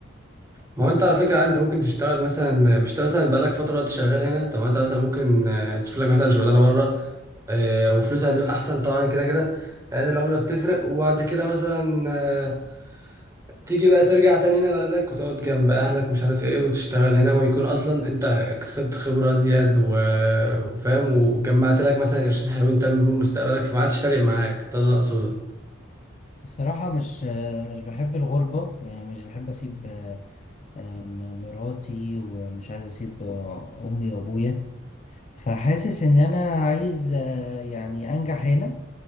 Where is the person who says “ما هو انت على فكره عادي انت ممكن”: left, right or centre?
Right